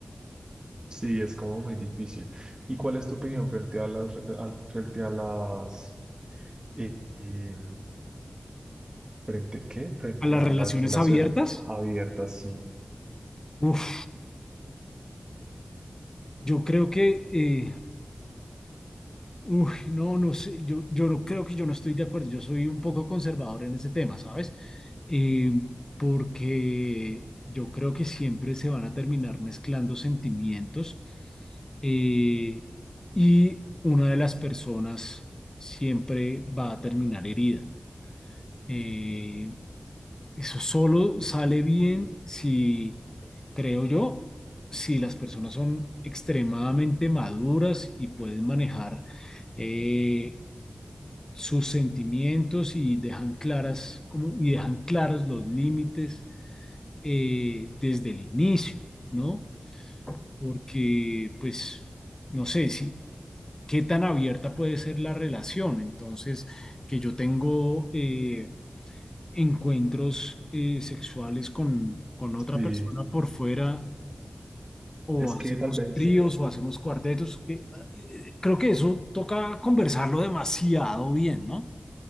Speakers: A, on the right; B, on the left.
A: sí, es como muy difícil. ¿Y cuál es tu opinión frente a las, re- al- frente a las, eh, eh, frente qué? Frente
B: A las
A: a
B: relaciones
A: las relaciones
B: abiertas,
A: abiertas, sí.
B: uf, yo creo que eh, Uy, no, no sé, yo, yo no- creo que yo no estoy de acuerdo, yo soy un poco conservador en ese tema, ¿sabes? Eh, porque yo creo que siempre se van a terminar mezclando sentimientos eh, y una de las personas siempre va a terminar herida. Eh, eso solo sale bien si, creo yo, si las personas son extremadamente maduras y pueden manejar eh, sus sentimientos y dejan claras como- y dejan claros los límites eh, desde el inicio, ¿no? Porque, pues, no sé si qué tan abierta puede ser la relación. Entonces, que yo tengo eh, encuentros eh, sexuales con, con otra
A: Sí,
B: persona por fuera. O
A: es
B: hacemos
A: que tal vez,
B: tríos
A: eh,
B: o hacemos cuartetos. que- Creo que eso toca conversarlo demasiado bien, ¿no?